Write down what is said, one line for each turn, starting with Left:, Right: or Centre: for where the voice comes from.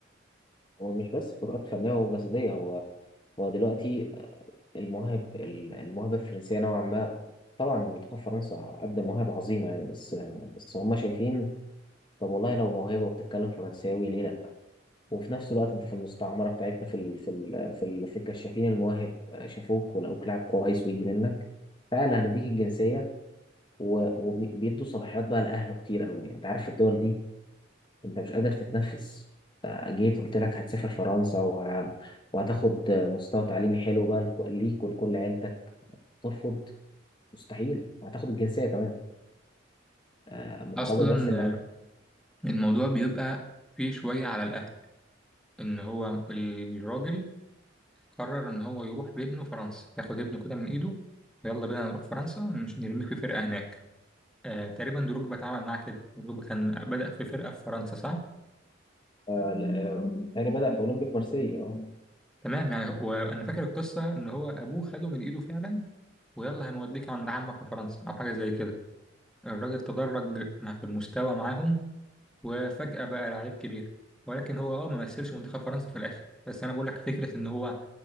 Left: هو مش بس فروقات فنيه وجسديه هو هو دلوقتي المواهب المواهب الفرنسيه نوعا ما طبعا منتخب فرنسا قدم مواهب عظيمه يعني بس بس هم شايفين طب والله لو موهبة وبتتكلم فرنساوي ليه لأ وفي نفس الوقت أنت في المستعمرة بتاعتنا في ال... في ال... في, ال... في الكشافين المواهب آه، شافوك ولقوك لاعب كويس ويجي منك تعالى هنديك الجنسية و... وبيدوا صلاحيات بقى لأهله كتير أوي يعني. أنت عارف في الدول دي أنت مش قادر تتنفس آه، جيت قلت لك هتسافر فرنسا وه... وهتاخد آه، مستوى تعليمي حلو بقى لك- ليك ولكل عيلتك ترفض مستحيل وهتاخد الجنسية كمان آه، مقابل
Centre: أصلا
Left: بس إنك
Centre: آه، الموضوع بيبقى فيه شوية على الأهل ان هو الراجل قرر ان هو يروح بابنه فرنسا ياخد ابنه كده من ايده ويلا بينا نروح فرنسا مش نرميك في فرقه هناك آه تقريبا دروجبا اتعامل معاه كده دروجبا كان بدأ في فرقه في فرنسا صح
Left: آه، ل- آه، يعني بدأ في أولمبيك مارسيليا أه
Centre: تمام يعني وانا فاكر القصه ان هو ابوه خده من ايده فعلا ويلا هنوديك عند عمك في فرنسا او حاجه زي كده الراجل تدرج مع- في المستوى معاهم وفجأة بقى لعيب كبير ولكن هو اه ما مثلش منتخب فرنسا في الاخر بس انا بقول لك فكره ان هو